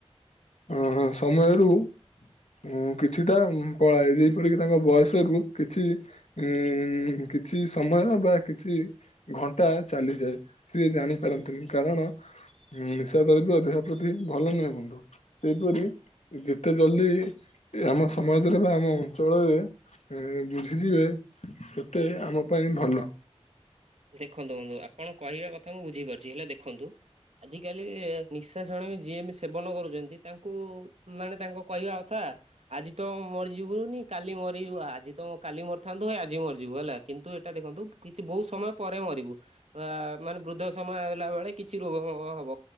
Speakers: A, on the left (about 85°); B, on the right (about 75°).
A: ହଁ ହଁ ସମୟରୁ ଉଁ କିଛିଟା ପଳାଏ। ଯେପରିକି ତାଙ୍କ ବୟସରୁ କିଛି ଉଁ କିଛି ସମୟ ବା କିଛି ଘଣ୍ଟା ଚାଲିଯାଏ ସିଏ ଜାଣିପାରନ୍ତିନି। କାରଣ ନିଶା ଦ୍ରବ୍ୟ ଦେହ ପ୍ରତି ଭଲ ନୁହେଁ ବନ୍ଧୁ। ସେହିପରି ଯେତେ ଜଲଦି ଆମ ସମାଜରେ ବା ଆମ ଅଞ୍ଚଳରେ ଏଁ ବୁଝିଯିବେ ସେତେ ଆମ ପାଇଁ ଭଲ।
B: ଦେଖନ୍ତୁ ଆପଣ କହିବା କଥା ମୁଁ ବୁଝିପାରୁଛି, ହେଲେ ଦେଖନ୍ତୁ ଆଜିକାଲି ନିଶାସଣ ଯିଏ ବି ସେବନ କରୁଛନ୍ତି ତାଙ୍କୁ ମାନେ ତାଙ୍କ କହିବା କଥା ଆଜି ତ ମରିଯିବୁନି କାଲି ମରିଯିବା, ଆଜି ତ କାଲି ମରିଥାନ୍ତୁ କାଲି ମରିଯିବୁ ହେଲା। କିନ୍ତୁ ଏଇଟା ଦେଖନ୍ତୁ କିଛି ବହୁତ ସମୟ ପରେ ମରିବୁ ଅ ମାନେ ବୃଦ୍ଧ ସମୟ ଆଇଲା ବେଳେ କିଛି ରୋଗଫୋଗ ହବ।